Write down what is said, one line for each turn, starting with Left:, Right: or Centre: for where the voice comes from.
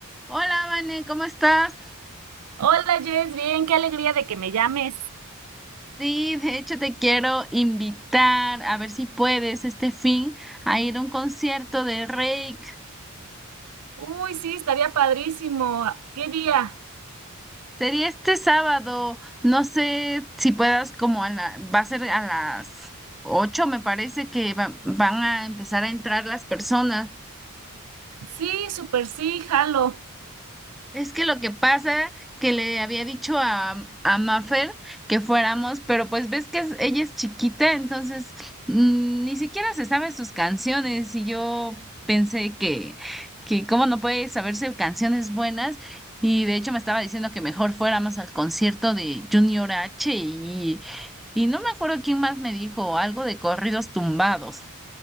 Centre: Hola, Vane, ¿cómo estás?
Right: Hola Jess, bien, qué alegría de que me llames.
Centre: Sí, de hecho te quiero invitar a ver si puedes este fin a ir a un concierto de Reik.
Right: Uy, sí, estaría padrísimo. ¿Qué día?
Centre: Sería este sábado, no sé si puedas como a la, va a ser a las 8. me parece que va- van a empezar a entrar las personas.
Right: Sí, súper sí, jalo.
Centre: Es que lo que pasa que le había dicho a, a Mafer que fuéramos, pero pues ves que es- ella es chiquita, entonces mm, ni siquiera se sabe sus canciones y yo pensé que, que cómo no puede saberse canciones buenas y de hecho me estaba diciendo que mejor fuéramos al concierto de Junior H y, y no me acuerdo quién más me dijo algo de corridos tumbados.